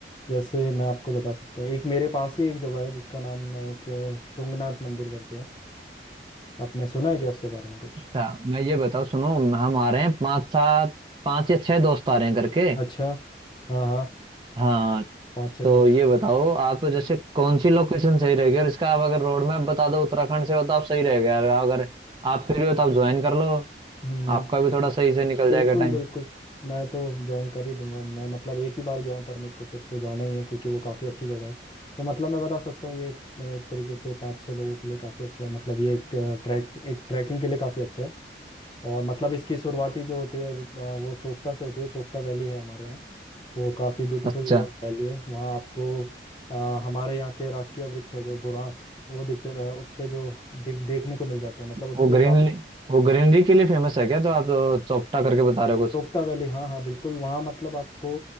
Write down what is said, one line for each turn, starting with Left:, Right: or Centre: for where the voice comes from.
Left: जैसे मैं आपको बता सकता हूँ एक मेरे पास ही एक जगह है जिसका नाम अ, एक अ, तुंगनाथ मंदिर करके है आपने सुना है क्या उसके बारे में कुछ
Right: अच्छा मैं ये बताओ सुनो हम आ रहे हैं पाँच सात पाँच या छह दोस्त आ रहे हैं करके
Left: अच्छा हाँ हाँ
Right: हाँ
Left: पाँच छः
Right: तो
Left: दोस्त
Right: ये बताओ आप जैसे कौन सी लोकेशन सही रहेगी और इसका आप अगर रोड मैप बता दो उत्तराखंड से हो तो आप सही रहेगा यार अगर आप फ्री हो तो आप ज्वाइन कर लो
Left: हम्म
Right: आपका भी थोड़ा सही से निकल
Left: बिल्कुल
Right: जाएगा टाइम
Left: बिल्कुल मैं तो ज्वाइन कर ही दूंगा मैं मतलब एक ही बार गया हूँ पर मेरे को फिर से जाना ही है क्योंकि वो काफ़ी अच्छी जगह है तो मतलब मैं बता सकता हूँ ये एक, एक तरीके से पाँच छः लोगों के लिए काफ़ी अच्छा है मतलब ये एक ट्रैक एक ट्रैकिंग के लिए काफ़ी अच्छा है और मतलब इसकी शुरुआती जो होती है अ, वो चोपता से होती है चोपता वैली है हमारे यहाँ वो काफ़ी ब्यूटीफुल
Right: अच्छा
Left: वैली है वहाँ आपको अ, हमारे यहाँ के राजकीय वृक्ष है जो बुरांस वो दिख जा- अ, उस पे जो दिख देखने को मिल जाते हैं मतलब उस
Right: वो
Left: पे
Right: ग्रीनरी
Left: काफ़ी
Right: वो ग्रीनरी के लिए फेमस है क्या तो आप अ, चौपटा करके बता रहे हो कुछ
Left: चोपता वैली हाँ हाँ बिल्कुल वहाँ मतलब आपको